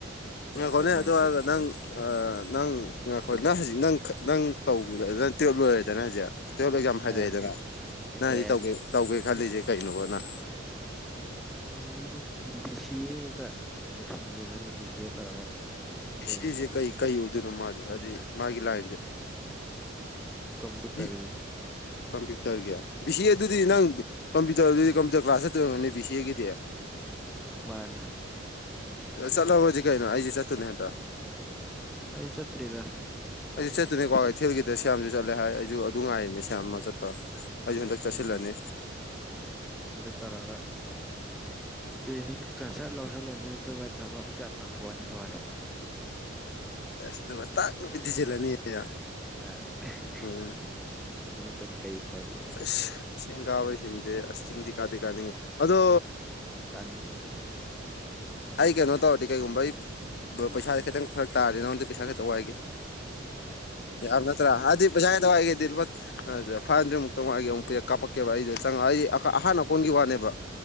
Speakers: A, in the centre; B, on the left.
A: ꯅꯥꯀꯣꯡ
B: ꯉꯥꯏꯈꯣꯅꯦ ꯑꯗꯨ
A: ꯋꯥꯏ ꯆꯤꯡꯕꯅꯤ
B: ꯍꯥꯏꯔꯒ ꯅꯪ ꯅꯪ ꯉꯥꯏꯈꫭ ꯅꯪ ꯍꯧꯖꯤꯛ ꯅꯪ ꯅꯪ ꯇꯧ ꯅꯪ ꯇꯨꯌꯦꯜꯞ ꯂꯣꯏꯔꯦꯗꯅ ꯍꯧꯖꯤꯛ ꯇꯨꯌꯦꯜꯞ ꯑꯦꯛꯖꯥꯝ ꯍꯥꯏꯗꯣꯛꯑꯦꯗꯅ
A: ꯑꯥ ꯍꯥꯏꯇꯣꯛꯑꯦ
B: ꯅꯪ ꯍꯧꯖꯤ ꯇꯧꯒꯦ ꯇꯧꯒꯦ ꯈꯜꯂꯤꯁꯤ ꯀꯩꯅꯣꯕ ꯅꯪ
A: ꯎꯝ ꯕꯤ ꯁꯤ ꯑꯦꯗ ꯇꯧꯁꯟꯒꯦ ꯈꯜꯂꯤ ꯕꯤ ꯁꯤ ꯑꯦ ꯇꯧꯔꯒ
B: ꯕꯤ
A: ꯇ꯭ꯔꯦꯟ
B: ꯁꯤ ꯑꯦ ꯁꯦ ꯀꯩ ꯀꯩ ꯑꯣꯏꯗꯣꯏꯅꯣ ꯃꯥꯁꯦ ꯍꯥꯏꯗꯤ ꯃꯥꯒꯤ ꯂꯥꯏꯟꯁꯦ
A: ꯀꯝꯄꯨ ꯇꯔꯒꯤ
B: ꯕꯤ ꯀꯝꯄ꯭ꯌꯨꯇꯔꯒꯤ ꯕꯤ ꯁꯤ ꯑꯦꯗꯨꯗꯤ ꯅꯪ ꯀꯝꯄ꯭ꯨꯇꯔꯗꯨꯗꯤ ꯀꯝ꯭ꯌꯨꯇꯔ ꯀ꯭ꯂꯥꯁ ꯆꯠꯇꯣꯏ ꯑꫭꯏꯔꯝꯅꯤ ꯕꯤ ꯁꯤ ꯑꯦꯒꯤꯗꯤ
A: ꯃꯥꯅꯤ
B: ꯆꯠꯂꯧꯔꯖꯤꯁꯤ ꯀꯩꯅꯣ ꯑꯩꯁꯨ ꯆꯠꯇꯣꯢꯅꯦ ꯍꯟꯇꯛ
A: ꯑꯩ ꯆꯠꯇ꯭ꯔꯤꯗ
B: ꯑꯩꯁꯨ ꯆꯠꯇꯨꯅꯦ ꯀ꯭ꯋꯥ ꯀꯩꯊꯦꯜꯒꯤꯗ ꯁꯌꯥꯝꯁꯨ ꯆꯠꯂꯦ ꯍꯥꯏ ꯑꯩꯁꯨ ꯑꯗꯨ ꯉꯥꯏꯔꯤꯅꯦ ꯁꯌꯥꯝꯃ ꯆꯠꯄ ꯑꯩꯁꯨ ꯍꯟꯗꯛ ꯆꯠꯁꯤꯜꯂꯅꯤ
A: ꯑꯗꯨ ꯎꯝ ꯑꯗꯨ ꯇꯔꯑꯒ ꯇ꯭ꯔꯦꯅꯤꯡꯒꯩꯀ ꯁꯠ ꯂꯧꯁꯤꯜꯂꯅꯤ ꯑꯗꯨꯒ ꯊꯕꯛ ꯆꯠ ꯇꯧꯊꯣꯛꯑꯅꯤ ꯂꯣꯏꯔꯦ
B: ꯑꯁ ꯇꯥꯛ ꯅꯨꯄꯤ ꯊꯤꯖꯤꯂꯅꯤ ꯑꯗꯨꯒ
A: ꯑꯥ <unintelligible>
B: ꯎꯝ
A: ꯑꯗꯨ ꯅꯠꯇꯅ ꯀꯔꯤ ꯎꯄꯥꯏ ꯂꯩ
B: ꯑꯁ ꯆꯤꯡ ꯀꯥꯕꯁꯤꯡꯟꯁꯦ ꯑꯁ ꯆꯤꯡꯗꯤ ꯀꯥꯗꯗꯤ ꯀꯥꯅꯤꯡꯉꯤ ꯑꯗꯣ
A: ꯀꯥꯅꯤꯡ
B: ꯑꯩ ꯀꯩꯅꯣ ꯇꯧꯔꯇꯤ ꯀꯩꯀꯨꯨꯝꯕꯥꯏ ꯄꯩꯁꯥ ꯈꯤꯇꯪ ꯐꯔꯛ ꯇꯥꯔꯗꯤ ꯅꯪꯉꯣꯟꯗ ꯄꯩꯁꯥ ꯈꯤꯇ ꯋꯥꯏꯦ ꯌꯥꯕꯅꯠꯇ꯭ꯔ ꯍꯥꯏꯗꯤ <unintelligible> ꯑꯗꯨ ꯐꯥꯏꯚ ꯍꯟꯗ꯭ꯔꯦꯗꯃꯨꯛꯇꯪ ꯃꯥ ꯑꯩꯒ ꯑꯃꯨꯛ ꯄꯦ ꯀꯥꯞꯀꯦꯕ ꯑꯩꯁꯗ ꯆꯪꯉꯛ ꯑꯩ ꯑꯍꯟ ꯑꯥꯀꯣꯟꯒꯤ ꯋꯥꯅꯦꯕ